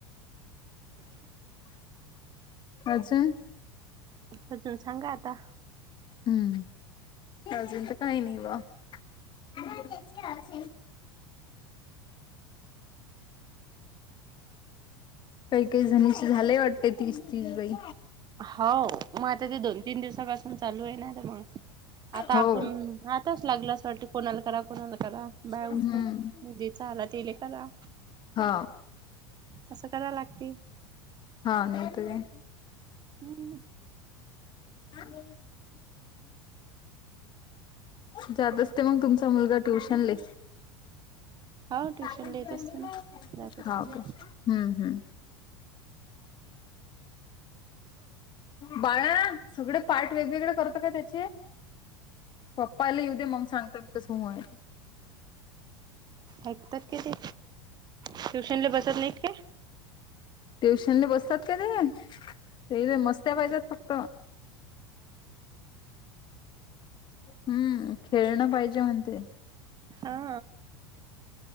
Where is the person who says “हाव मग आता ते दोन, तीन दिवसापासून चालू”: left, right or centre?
Right